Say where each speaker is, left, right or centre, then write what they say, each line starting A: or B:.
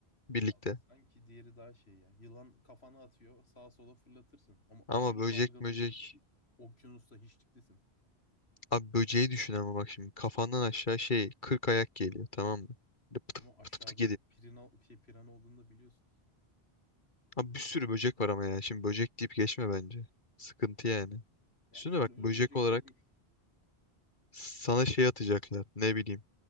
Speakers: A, on the left; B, on the left.
A: Birlikte.
B: Abi sanki diğeri daha şey ya. Yılan kafana atıyor, sağa sola fırlatırsın. Ama aşırı
A: Ama böcek
B: dalgalı
A: möcek.
B: böyle bir okyanusta hiçliktesin.
A: Abi böceği düşün ama bak şimdi. Kafandan aşağı şey 40 ayak geliyor tamam mı? Böyle pıtı
B: Ama aşağıda
A: pıtı pıtı
B: pirina, şey, pirana olduğunu da biliyorsun.
A: Abi bir sürü böcek var ama ya. Şimdi böcek deyip geçme bence. Sıkıntı yani.
B: Yani
A: Şimdi
B: seni
A: bak
B: öldürecek
A: böcek olarak
B: şey değil.
A: sana şey atacaklar. Ne bileyim.